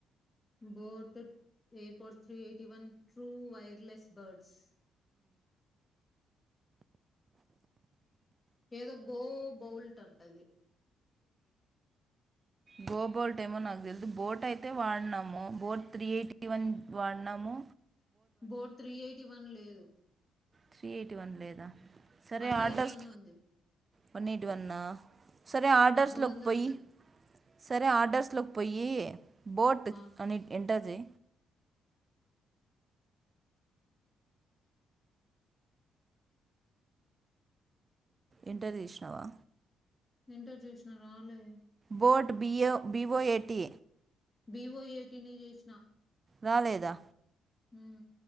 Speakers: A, on the left; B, on the right.
A: boat AirPods three eighty one true wireless buds ఏదో గో బౌల్ట్ ఉంటది
B: గోబల్ టైమోన్కుదు అ బోట్ అయితే వాడినాము బోట్ త్రీ ఎయిటీ వన్ వాడినాము
A: బోట్ త్రీ ఎయిటీ వన్ లేదు
B: త్రీ ఎయిటీ వన్ లేదా సరే
A: వన్
B: ఆర్డ్రస్
A: ఎయిటీ వన్ ఉంది
B: పన్నట్ వన్నా సరే ఆర్డర్స్
A: పదమూడు
B: లోకి
A: వందలు
B: పోయి
A: ఉంది
B: సరే ఆర్డర్స్ లోకి పోయి బోట్
A: ఆ
B: అని ఎంటది ఇంటర్ తీసినావా
A: ఇంటర్ చూసిన రవాలే
B: బోట్ బియో బివో ఏటి
A: బివో ఏటీనే చేసిన
B: రాలేదా
A: హ